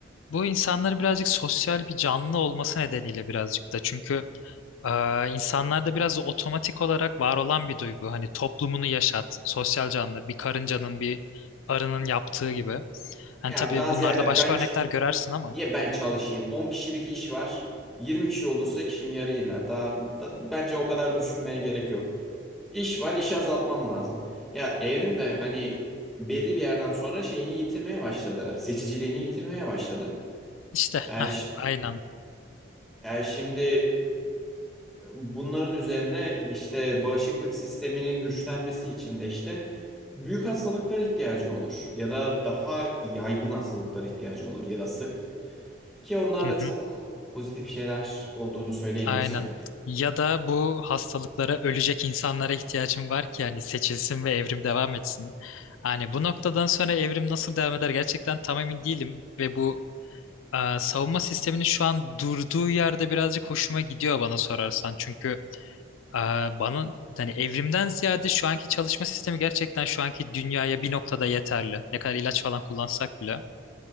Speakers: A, on the left; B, in the centre.
A: Bu insanların birazcık sosyal bir canlı olması nedeniyle birazcık da çünkü e, insanlarda biraz da otomatik olarak var olan bir duygu. Hani toplumunu yaşat, sosyal canlı, bir karıncanın, bir arının yaptığı gibi. Hani
B: Ya
A: tabii
B: daha
A: bunlarda
B: ziyade
A: başka
B: ben ç-
A: örnekler görersin ama
B: niye ben çalışayım? 10 kişilik iş var. 20 kişi olursa işim yarı iner. Daha da- bence o kadar düşünmeye gerek yok. İş var, işi azaltmam lazım. Ya evrim de hani belli bir yerden sonra şeyini yitirmeye başladı. Seçiciliğini yitirmeye başladı.
A: işte
B: Yani,
A: heh,
B: ş-
A: aynen.
B: yani şimdi Bunların üzerine işte bağışıklık sisteminin güçlenmesi için de işte büyük hastalıklar ihtiyacın olur ya da daha yaygın hastalıklar ihtiyacın olur ya da sık ki onlar
A: Hı
B: da
A: hı,
B: çok pozitif şeyler olduğunu söyleyemeyeceğim.
A: aynen. Ya da bu hastalıklara ölecek insanlara ihtiyacım var ki hani seçilsin ve evrim devam etsin. Hani bu noktadan sonra evrim nasıl devam eder gerçekten tam emin değilim ve bu Ee, savunma sisteminin şu an durduğu yerde birazcık hoşuma gidiyor bana sorarsan. Çünkü e, bana hani evrimden ziyade şu anki çalışma sistemi gerçekten şu anki dünyaya bir noktada yeterli. Ne kadar ilaç falan kullansak bile.